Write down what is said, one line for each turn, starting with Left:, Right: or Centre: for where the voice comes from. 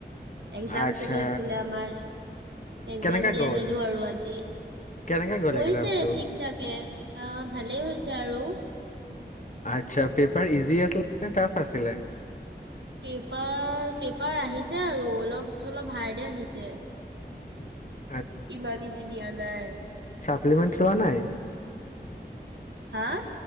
Right: এক্জাম
Left: আচ্ছা
Right: চলি আছিলে। আমাৰ একজাম
Left: কেনেকা
Right: দি
Left: গ'ল
Right: আহিলো আৰু আজি
Left: কেনেকা গ'ল
Right: হৈছে
Left: এক্জামটো
Right: ঠিক থাকে। অহ ভালেই হৈছে আৰু্
Left: আচ্ছা পেপাৰ ইজি আছিলে নে টাফ আছিলে
Right: পেপাৰ পেপাৰ আহিছে আৰু অলপ চলপ হাৰডে আহিছে
Left: <unintelligible>
Right: ইমান ইজি দিয়া নাই
Left: এপিমেণ্ট লোৱা নাই
Right: হা